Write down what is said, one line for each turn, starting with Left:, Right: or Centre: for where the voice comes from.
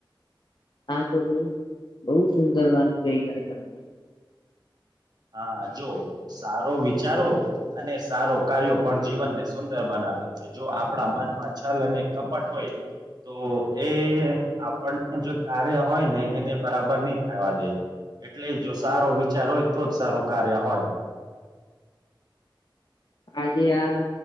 Left: હા તો બહ બહુ સુંદર વાત કહીવાય તમને
Right: હા જો સારો વિચારો અને સારો કાર્યો પણ જીવનને સુંદર બનાવે છે, જો આપણા મનમાં છલ અને કપટ હોય તો એ આપણ જો કાર્ય હોય ને એને બરાબર નહી, થાવા દે એટલે જો સારો વિચાર હોય તો જ સારું કાર્ય હોય
Left: આજે આ